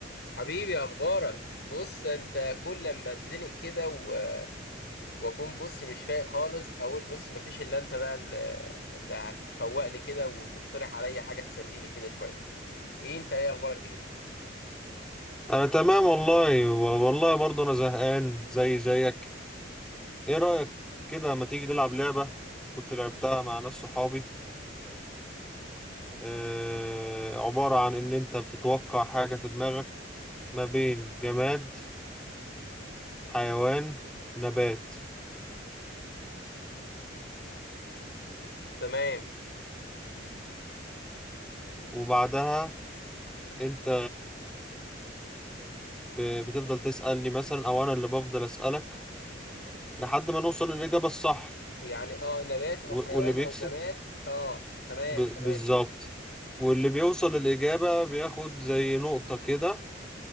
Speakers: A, on the left; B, in the centre.
A: حبيبي اخبارك بص انت كل لما اتزنق كده و... واكون بص مش فايق خالص اقول بص مفيش الا انت بقى اللي, اللي هتفوقني كده وتقترح عليا حاجه تسليني كده شويه ايه انت ايه اخبارك ايه
B: انا تمام والله والله برضه انا زهقان زي زيك ايه رأيك كده ما تيجي نلعب لعبة كنت لعبتها مع ناس صحابي آه عبارة عن ان انت بتتوقع حاجة في دماغك ما بين جماد حيوان نبات
A: تمام
B: وبعدها انت ب- بتفضل تسألني مثلا او انا اللي بفضل اسألك لحد ما نوصل للإجابة الصح
A: يعني اه نبات
B: و-
A: او حيوان
B: واللي بيكسب
A: او جماد اه تمام
B: ب...
A: تمام
B: بالظبط واللي بيوصل الإجابة بياخد زي نقطة كده